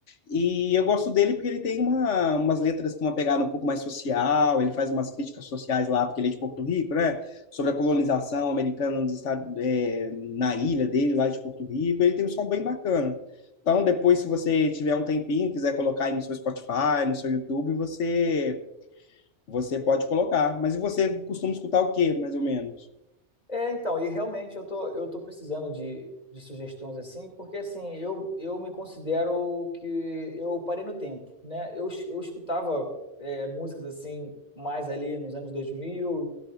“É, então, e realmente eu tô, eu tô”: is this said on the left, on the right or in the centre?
Left